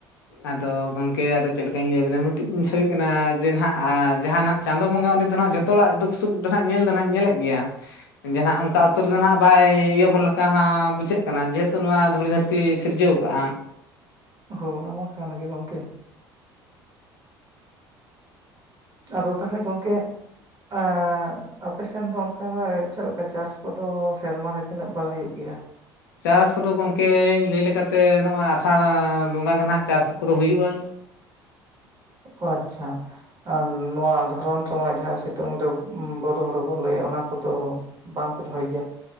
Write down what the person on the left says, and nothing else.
ᱟᱫᱚ ᱜᱚᱝᱠᱮ ᱟᱫᱚ ᱪᱮᱫ ᱞᱮᱠᱟᱧ ᱞᱟᱹᱭᱟᱵᱤᱱᱟ ᱢᱤᱫᱴᱤᱡ ᱵᱤᱥᱚᱭ ᱦᱩᱭᱩᱜ ᱠᱟᱱᱟ ᱡᱮ ᱱᱟᱦᱱᱟᱜ ᱡᱟᱦᱟᱱᱟᱜ ᱪᱟᱸᱫᱳ ᱵᱚᱸᱜᱟ ᱩᱱᱤ ᱫᱚ ᱱᱟᱦᱜ ᱡᱷᱚᱛᱚ ᱦᱚᱲᱟᱜ ᱫᱩᱠ ᱥᱩᱠ ᱫᱚ ᱦᱟᱸᱜ ᱧᱮᱞ ᱫᱚ ᱦᱟᱜ ᱧᱮᱞᱮᱫ ᱜᱮᱭᱟ᱾ ᱡᱟᱦᱟᱱᱟᱜ ᱚᱱᱠᱟ ᱩᱛᱟᱹᱨ ᱫᱚ ᱱᱟᱸᱜ ᱵᱟᱭ ᱤᱭᱟᱹ ᱵᱚᱱ ᱞᱮᱠᱟ ᱦᱟᱸᱜ ᱵᱩᱡᱷᱟᱹᱜ ᱠᱟᱱᱟ, ᱡᱮᱦᱮᱛᱩ ᱱᱚᱣᱟ ᱫᱷᱩᱲᱤ ᱫᱷᱟᱹᱨᱛᱤ ᱛᱤ ᱥᱤᱨᱡᱟᱹᱣ ᱠᱟᱜᱼᱟ᱾
ᱪᱟᱥ ᱠᱚᱫᱚ ᱜᱚᱢᱠᱮᱧ ᱞᱟᱹᱭ ᱞᱮᱠᱟᱛᱮ ᱱᱚᱜᱼᱚᱭ ᱟᱥᱟᱲ ᱵᱚᱸᱜᱟ ᱜᱮ ᱱᱟᱦᱜ ᱪᱟᱥ ᱠᱚᱫᱚ ᱦᱩᱭᱩᱜᱼᱟ᱾